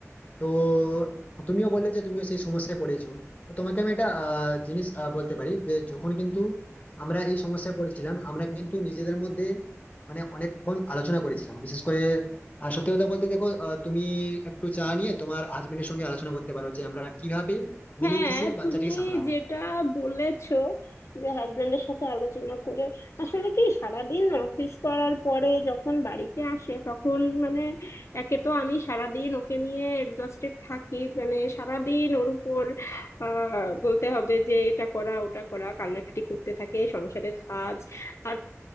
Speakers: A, on the left (about 30°); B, on the left (about 60°).
A: তো তুমিও বললে যে তুমিও সেই সমস্যায় পড়েছো তো তোমাকে আমি একটা আহ, জিনিস আহ, বলতে পারি যে যখন কিন্তু আমরা এই সমস্যায় পড়েছিলাম আমরা কিন্তু নিজেদের মধ্যে মানে অনেকক্ষণ আলোচনা করেছিলাম বিশেষ করে আহ, সত্যি কথা বলতে দেখো আহ, তুমি একটু চা নিয়ে তোমার হাজবেন্ডের সঙ্গে আলোচনা করতে পারো যে আমরা কিভাবে মিলেমিশে
B: হ্যাঁ
A: বাচ্চাটিকে
B: তুমি
A: সামলাবো
B: যেটা বলেছো যে হাজবেন্ডের সাথে আলোচনা করে আসলে কি সারাদিন অফিস করার পরে যখন বাড়িতে আসে তখন মানে একে তো আমি সারাদিন ওকে নিয়ে এক্সস্টেড থাকি মানে সারাদিন ওর উপর আহ বলতে হবে যে এটা করা ওটা করা কান্নাকাটি করতে থাকে সংসারের কাজ আর